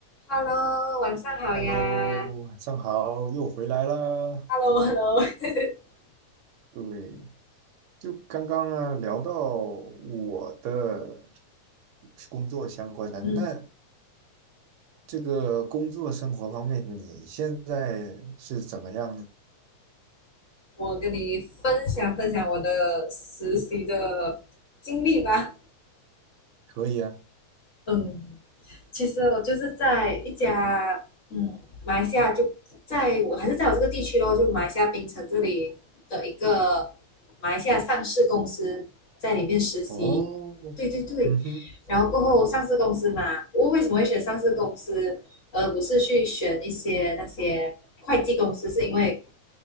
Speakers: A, on the left (about 35°); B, on the right (about 70°).
A: Hello，晚上好呀。
B: Hello，晚上好，又回来啦。
A: Hello，Hello <laughs>
B: 对，就刚刚啊聊到我的工作相关的，
A: 嗯，
B: 那这个工作生活方面，你现在是怎么样呢？
A: 我跟你分享分享我的实习的经历吧。
B: 可以啊。
A: 嗯，其实我就是在一家嗯马来西亚就在我还是在我这个地区咯，就马来西亚槟城这里的一个马来西亚上市公司在里面实习，
B: 哦，
A: 对对对，
B: 嗯哼，
A: 然后过后上市公司嘛，我为什么会选上市公司，而不是去选一些那些会计公司，是因为